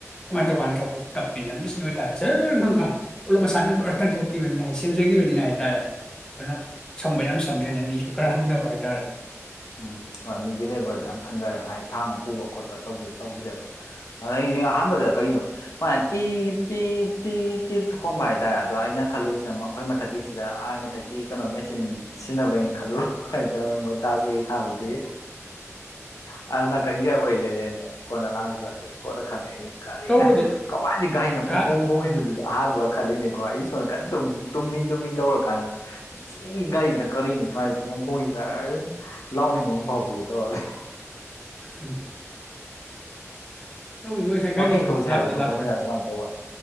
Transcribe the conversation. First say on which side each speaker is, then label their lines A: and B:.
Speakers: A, on the left; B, on the left.
A: ꯀꯃꯥꯏꯅ ꯇꯧꯀꯥꯟ ꯊꯕꯛꯇꯨ ꯇꯞꯄꯅ ꯃꯁꯤꯅ ꯑꯣꯏꯇꯥꯔꯗꯤ ꯖꯔ ꯈꯪ ꯀꯥꯟ ꯄꯨꯂꯞ ꯃꯁꯥꯅ ꯕꯔꯇꯪ ꯊꯣꯛꯈꯤꯕꯅꯤꯅ ꯍꯥꯏ ꯁꯦꯝꯖꯈꯤꯕꯅꯤ ꯍꯥꯏꯇꯥꯔꯦ ꯑꯗꯨꯅ ꯁꯝꯕ ꯌꯥꯝ ꯁꯝꯃꯦ ꯑꯗꯨꯅ ꯃꯤꯁꯨ ꯈꯔ ꯍꯟꯊꯕ ꯍꯥꯏꯇꯥꯔꯦ
B: ꯎꯝ ꯍꯣꯏ ꯃꯤꯒꯤ ꯂꯦꯕꯔꯗꯨ ꯌꯥꯝ ꯍꯟꯊꯔꯦ ꯍꯥꯏ ꯊꯥꯡꯅ ꯄꯨꯕ ꯈꯣꯠꯄ ꯇꯧꯕꯗꯤ ꯇꯧꯗ꯭ꯔꯦꯕ ꯑꯗ ꯑꯩꯁꯦ ꯑꯍꯥꯟꯕ ꯀꯅꯣ ꯇ ꯇ ꯇꯤ ꯇꯦ ꯇꯨ ꯈꯣꯡꯕ ꯍꯥꯏꯇꯥꯔꯦ ꯑꯗꯣ ꯑꯩꯅ ꯈꯜꯂꯨꯁꯤꯅ ꯃꯈꯈꯣꯏ ꯃꯊꯛꯀꯤꯁꯤꯗ ꯑꯥꯏ ꯃꯊꯛꯀꯤ ꯀꯩꯅꯣ ꯃꯦꯆꯤꯟ ꯁꯤꯖꯤꯟꯅꯕꯩꯅ ꯈꯜꯂꯨꯔꯣ ꯍ ꯇ ꯃꯣꯏ ꯆꯥꯁꯒ ꯍꯥꯏꯕꯗꯤ ꯑ ꯀꯪꯒꯤꯌꯥꯕ ꯑꯣꯏ ꯂꯩ ꯂꯩꯝꯃꯦ ꯀꯣꯟꯅ ꯂꯥꯁꯑꯖ ꯀꯣꯟꯅ ꯈꯪꯉꯛꯏꯅꯦ ꯀꯔꯤꯅ
A: ꯇꯧꯕꯗꯤ
B: ꯀꯋꯥꯏꯗꯤ ꯒꯥꯥꯏꯅ ꯄꯨꯡꯈꯣꯡ
A: ꯑ
B: ꯈꯣꯡꯉꯁꯤꯕꯨ
A: ꯎꯝ
B: ꯑꯍꯥꯟꯕ ꯈꯜꯂꯤꯅꯦꯀꯣ ꯑꯩ ꯁꯣꯝꯗ ꯀꯟꯅ ꯇꯨꯝꯃꯤ ꯇꯨꯝꯃꯤ ꯇꯧꯔ ꯀꯥꯟꯗ ꯁꯤ ꯒꯥꯔꯤꯁꯤꯅ ꯀꯔꯤꯅꯣ ꯁꯨꯃꯥꯏ ꯈꯣꯡ ꯈꯣꯡꯁꯤꯅ ꯂꯥꯎꯅꯤꯡꯕ ꯑꯃ ꯐꯥꯎꯕꯤꯗꯣ ꯇꯧꯔꯂꯦ
A: ꯎꯝ ꯇꯧ ꯅꯣꯏ ꯁꯥꯏ ꯀ
B: ꯋꯥꯀꯤꯡ
A: ꯆ
B: ꯊꯣꯛꯎꯁꯦ
A: ꯂꯥꯛꯄꯤ
B: ꯍꯥꯏꯕ꯭ꯔꯥ ꯊꯣꯛꯄ
A: ꯂꯥꯛꯄ
B: ꯌꯥꯕ꯭ꯔꯥ ꯀꯃꯥꯏꯅ ꯇꯧꯕ